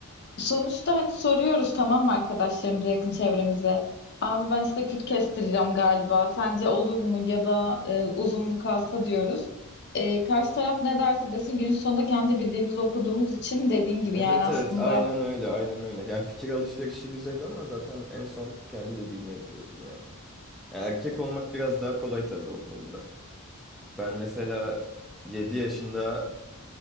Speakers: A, on the left; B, in the centre.
A: Sonuçta hani soruyoruz tamam mı arkadaşlarımıza, yakın çevremize. Abi ben işte küt kestireceğim galiba. Sence olur mu ya da e, uzun mu kalsa diyoruz. E, karşı taraf ne derse desin günün sonunda kendi bildiğimizi okuduğumuz için dediğin gibi
B: Evet
A: yani aslında
B: evet aynen öyle aynen öyle. Yani fikir alışverişi güzel ama zaten en son kendi dediğini yapıyorsun ya. Yani erkek olmak biraz daha kolay tabii o konuda. Ben mesela 7 yaşında